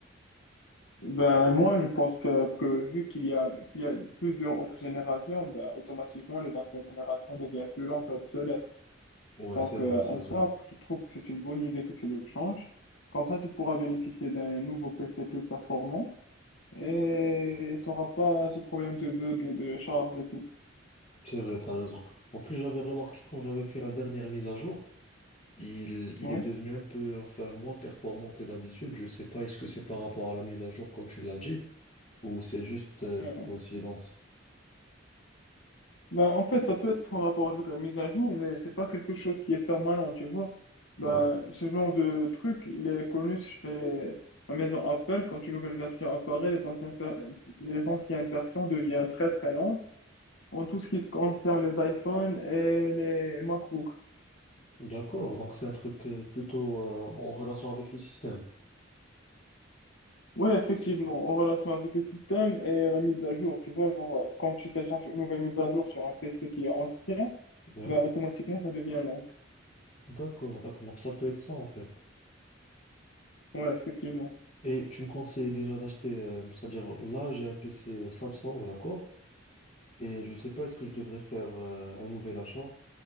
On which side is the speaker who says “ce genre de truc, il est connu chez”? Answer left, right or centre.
Left